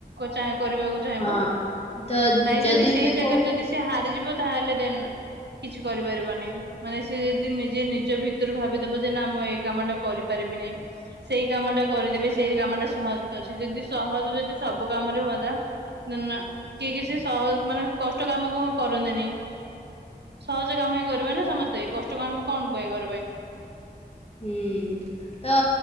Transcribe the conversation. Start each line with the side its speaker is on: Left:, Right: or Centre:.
Right: ଚାଁ କରିବାକୁ ଚାହିଁବ
Left: ହଁ ତ
Right: ନାଇଁ ଯଦି ସେଇ
Left: ବି
Right: ଜାଗାରେ
Left: କୋଉ
Right: ଯଦି ସେ ହାରିଯିବ ତାହେଲେ ଦେ କିଛି କରିପାରିବନି ମାନେ ସେ ଯଦି ନି ଯିଏ ନିଜ ଭିତରୁ ଭାବିଦବ ଯେ ନା ମୁଁ ଏଇ କାମ ଟା କରିପାରିବିନି। ସେଇ କାମ ଟା କରିଦେବି ସେଇ କାମ ଟା ସହଜ ଅଛି ଯଦି ସହଜ ଯଦି ସବୁ କାମରେ ହୁଅନ୍ତା। ନା ନା କିଏ କିଛି ସହଜ ମାନେ କଷ୍ଟ କାମ କୁ କରନ୍ତିନେହିଁ। ସହଜ କାମ ହିଁ କରିବେ ନା ସମସ୍ତେ କଷ୍ଟ କାମ କଣ ପାଇଁ କରିବେ।
Left: ହୁଁ ତ।